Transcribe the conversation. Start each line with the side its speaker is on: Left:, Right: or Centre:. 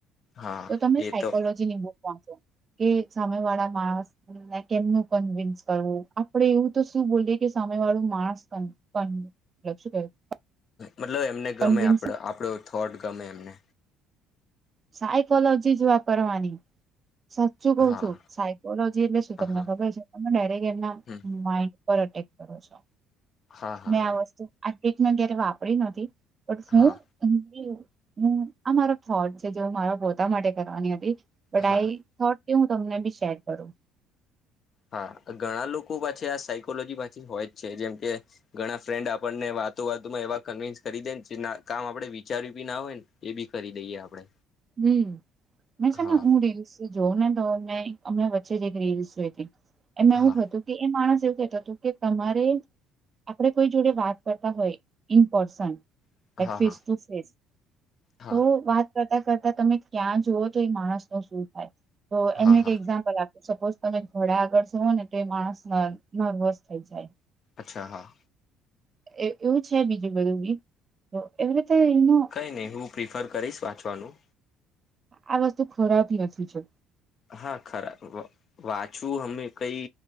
Left: હા
Right: તો તમે
Left: એ
Right: સાયકોલોજી
Left: તો
Right: ની બુક વાંચો. કે સામે વાળા માણસને કેમનું કન્વિન્સ કરવું આપડે એવું તો શું બોલીએ કે સામે વાળું માણસ પણ પન મતલબ શું કેવાય
Left: મતલબ એમને ગમે
Right: કન્વિન્સ
Left: આપણો થોટ ગમે એમને
Right: સાઈકોલોજી છીજ વાપરવાની સાચું કઉ
Left: હા
Right: છું સાયકોલોજી એટલે શું
Left: હા
Right: તમને
Left: હા
Right: ખબર છે તને ડાયરેક્ટ એમના
Left: હમ
Right: માઇડ પર એટેક કરે છે.
Left: હા હા
Right: મેં
Left: હા
Right: આ વસ્તુ આ કેકને ક્યારે વાપરી નથી પણ શું
Left: હા
Right: <inaudible> આ મારો થોટ છે જે મારા પોતા માટે કરવાની હતી. પઢાઈ
Left: હા
Right: થોટ કે હું તમને બી શેર કરું
Left: હા ઘણા લોકો પાછી આ સાયકોલોજી પાછી હોય જ છે જેમ કે ઘણા ફ્રેન્ડ આપણને વાતો વાતોમાં એવા કન્વીિન્સ કરી દે કામ આપણે વિચાર્યું બી ના હોય ને એ બી કરી દઈએ આપડે
Right: હમ મે છે
Left: હા
Right: ને ઊંડીશ જોવ ને તો અમને વચ્ચે જે એક રીસ જોયતી એમાં
Left: હા
Right: એવું હતું કે એ માણસ કેતો તો કે તમારે આપણે કોઈ જોડે વાત કરતા હોય ઇનપર્સન
Left: હા
Right: ફેસ
Left: હા
Right: ટુ ફેસ
Left: હા
Right: તો વાત કરતા કરતા તમે ક્યાં જુવો તો એ માણસ નો શું થાય. તો એનું
Left: હા
Right: એક
Left: હા
Right: એક્ઝામ્પલ આપ સપોઝ તમે થોડે આગળ જવો ને તો માણસ નર્વસ થઈ જાય.
Left: અચ્છા હા
Right: એ એવું છે બીજું બધું બી એવી રીતે એનું
Left: કઈ નહી હું પ્રિ ફર કરીશ વાંચવાનું
Right: આ વસ્તુ ખોરાવતી નથી છે.
Left: હા ખરા વાંચું અમે કઈ